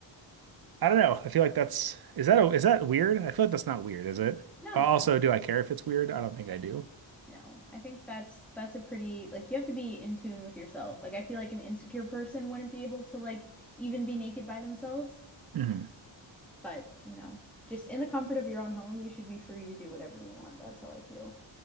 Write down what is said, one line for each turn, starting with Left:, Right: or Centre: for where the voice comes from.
Right: I don't know. I feel like that's is that a, is that weird? I feel like that's not weird, is it?
Centre: No.
Right: Uh, Also, do I care if it's weird? I don't think I do.
Centre: No. I think that's that's a pretty like you have to be in tune with yourself. Like I feel like an insecure person wouldn't be able to like even be naked by themselves,
Right: hmm
Centre: but you know, just in the comfort of your own home, you should be free to do whatever you want. That's how I feel.